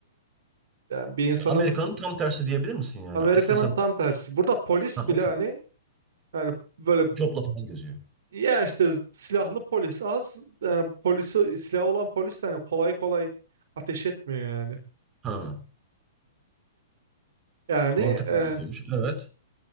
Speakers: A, on the right; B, on the right.
A: e, yani bir insanın
B: Amerika'nın tam tersi diyebilir misin yani?
A: Amerika'nın
B: İstesen
A: tam tersi. Burada polis
B: ha
A: bile
B: okey.
A: hani yani böyle
B: Copla falan geziyor.
A: ya işte silahlı polis az yani polisi silah olan polis de hani kolay kolay ateş etmiyor yani.
B: Ha.
A: Yani
B: Mantıklı
A: e,
B: bir şeymiş. Evet.